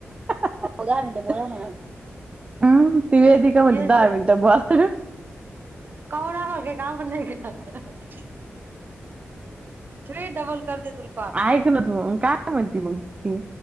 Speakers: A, on the right; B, on the right.
A: आ ओ दहा मिनट बोला म्हणा, अं ती वेदीका म्हणते
B: यश
A: दहा मिनटं बोला.
B: कोण ना होत गे कामं पण नाही काही. थ्री डबल कर ते तुला कॉल.
A: ऐक ना तू, काय म्हणती मंग ती?